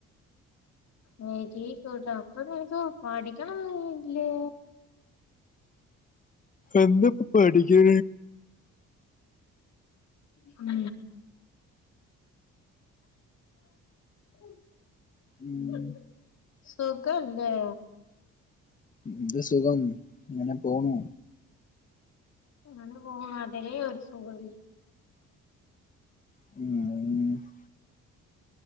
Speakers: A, on the left; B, on the left.
A: വെരിഗുഡ് അപ്പോ നിനക്ക് പഠിക്കാണൊ ഒന്നുല്ലേ.
B: എന്താപ്പപഠിക്ക
A: ഉം <unintelligible>
B: ഉം
A: ആഹ് സുഖല്ലേ
B: എന്ത് സുഖം ഇങ്ങനെ പോണു
A: ഇങ്ങനെ പോണതെ ഒരു സുഖലെ
B: ഉം